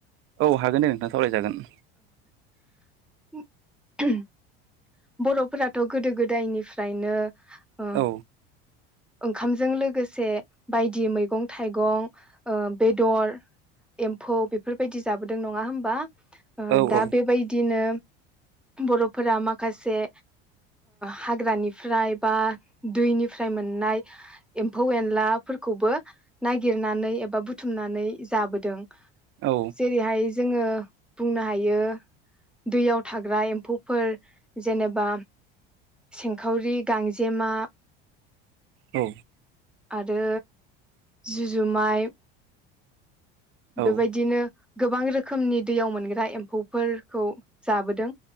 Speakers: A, on the right; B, in the centre.
A: औ हागोन दे नोंथां सावरायजागोन
B: <inaudible> बर'फोराथ' गोदो गोदायनिफ्रायनो ओ
A: औ
B: ओंखामजों लोगोसे बायदि मैगं थाइगं ओ बेदर एम्फौ बेफोरबायदि जाबोदों नङा होमबा ओ
A: औ
B: दा
A: औ
B: बेबायदिनो बर'फोरा मा माखासे हाग्रानिफ्राय बा दैनिफ्राय मोननाय एम्फौ एनलाफोरखौबो नागिरनानै एबा बुथुमनानै जाबोदों
A: औ
B: जेरै हाय जोङो बुंनो हायो दैयाव थाग्रा एम्फौफोर जेनेबा सेंखावरि गांजेमा
A: औ
B: आरो जुजुमाय
A: औ
B: बेबायदिनो गोबां रोखोमनि दैयाव मोनग्रा एम्फौफोरखौ जाबोदों